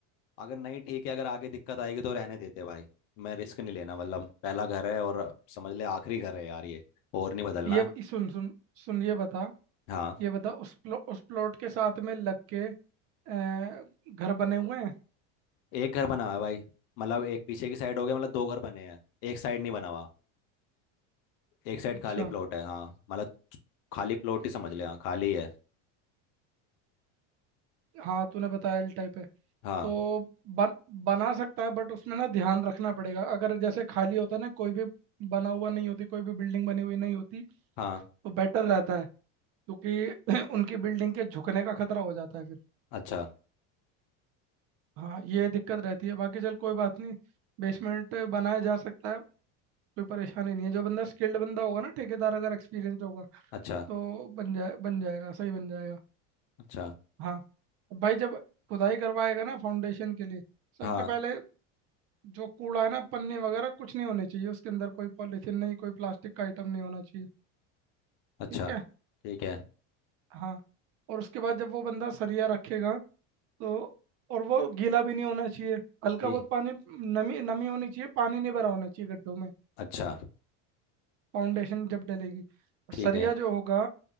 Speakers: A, on the left (about 60°); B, on the right (about 40°).
A: अगर नहीं ठीक है अगर आगे दिक्कत आएगी तो रहने देते भाई मैं रिस्क नहीं लेना मतलब पहला घर है और समझ ले आखिरी घर है यार ये और नहीं बदलना
B: ये ब- सुन सुन सुन ये बता
A: हाँ
B: ये बता उस प्लो, उस प्लॉट के साथ में लग के अ, घर बने हुए हैं
A: एक घर बना हुआ है भाई मतलब एक पीछे की साइड हो गया मतलब दो घर बने हैं एक साइड नहीं बना हुआ एक साइड
B: अच्छा
A: खाली प्लॉट है हाँ मतलब खाली प्लॉट ही समझ ले हाँ खाली है
B: हाँ तूने बताया एल टाइप है
A: हाँ
B: तो बन बना सकता है बट उसमें ना ध्यान रखना पड़ेगा अगर जैसे खाली होता ना कोई भी बना हुआ नहीं होती कोई भी बिल्डिंग बनी हुई नहीं होती
A: हाँ
B: तो बेटर रहता है क्योंकि <clears throat> उनकी बिल्डिंग के झुकने का खतरा हो जाता है फिर
A: अच्छा
B: हाँ ये दिक्कत रहती है बाकी चल कोई बात नहीं बेसमेंट बनाया जा सकता है कोई परेशानी नहीं है जो बंदा स्किल्ड बंदा होगा ना ठेकेदार अगर एक्सपीरियंस होगा
A: अच्छा
B: तो बन जाए बन जाएगा सही बन जाएगा
A: अच्छा
B: हाँ भाई जब खुदाई करवाएगा ना फाउंडेशन के लिए सबसे
A: हाँ
B: पहले जो कूड़ा है ना पन्नी वगैरह कुछ नहीं होने चाहिए उसके अंदर कोई पॉलीथीन नहीं कोई प्लास्टिक का आइटम नहीं होना चाहिए
A: अच्छा
B: ठीक है
A: ठीक है
B: हाँ और उसके बाद जब वो बंदा सरिया रखेगा तो और वो गीला भी नहीं होना चाहिए हल्का
A: ठीक
B: बहुत पानी नमी नमी होनी चाहिए पानी नहीं भरा होना चाहिए गड्ढों में
A: अच्छा
B: फाउंडेशन जब डलेगी और
A: ठीक
B: सरिया
A: है
B: जो होगा